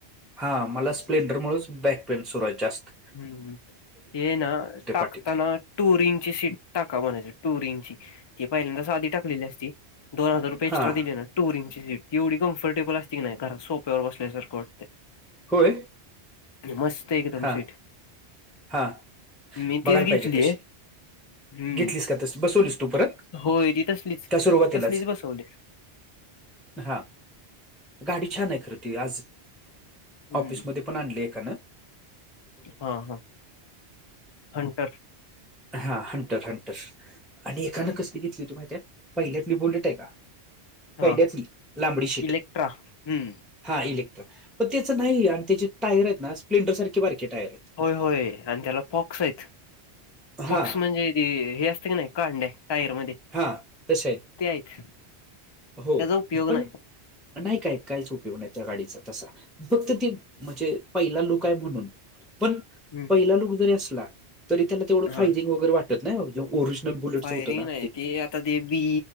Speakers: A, in the centre; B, on the left.
A: हा मला स्प्लेंडर मुळच बॅक पेन सुरयचे असत
B: हम्म हे ना टाकताना
A: पाठीत
B: टुर इंची सीट टाका म्हणायचं टुर इंची ती पहिल्यांदा साधी टाकली असती दोन हजार रुपय एक्स्ट्रा
A: हां
B: दिले ना टूर इंची सीट एवढी कम्फर्टेबल असते की नाही घरा सोप्यावर बसल्यासारखं वाटत
A: होय
B: मस्त एकदम
A: हां
B: सीठ
A: हां.
B: मी
A: बघायला
B: तीच घेतलीय
A: पाहिजे तशी
B: हम्म
A: घेतलीस का तस बसवलीस तू परत
B: होय ती तसलीच
A: त्या सुरुवातीलाच
B: तसलीच बसवली
A: हा गाडी छान आहे खरं त आज
B: हम्म
A: ऑफिसमध्ये पण आणले एका ना.
B: हा हा हंटर.
A: हा हंटर हंटर. आणि एकानं कसली घेतली होती माहि त्यात पहिल्यात मी बोलत आहे का. पहिल्याचली
B: हा
A: लांबडी शीट.
B: इलेक्ट्रा हम्म
A: हा इलेक्ट्रा पन त्याचं नाही आणि त्याचे टायर आहेत ना स्प्लेंडर सारखे बारकी टायर आहेत.
B: होय होय आणि त्याला फॉक्स आहेत फॉक्स
A: हा
B: म्हणजे हे असतं की नाही का कांड्या टायर मध्ये.
A: हा तसे
B: ते आहेत
A: हो
B: त्याचा उपयोग
A: पण
B: नाही.
A: नाही काय काहीच उपयोग नाही त्या गाडीचा तसा. फक्त त म्हणजे पहिला लोक आहे म्हणून पण
B: हम्म
A: पहिला लुक जरी असला तरी त्याला तेवढं फायजिंग
B: हा
A: वगैरे वाटत नाही ओरिज बुलेट
B: फायरिंग
A: होत ना.
B: नाही ते आता ते बी